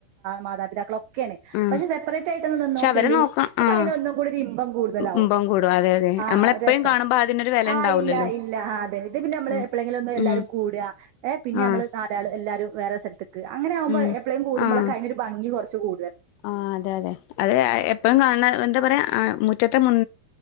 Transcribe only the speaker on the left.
ആഹ്
പക്ഷെ അവരെ നോക്കണം
ആഹ്
ഇമ്പം കൂടും അതെ അതെ
നമ്മളെപ്പഴും
കാണുമ്പോ അതിനൊരു വെല
ഇണ്ടാവൂലല്ലോ
അതെ
ഉം
ആഹ്
ഉം
ആഹ്
ആ അതെ അതെ അതെ എപ്പഴും കാണ് ണ എന്താ പറയാ മു റ്റത്ത് മുൻ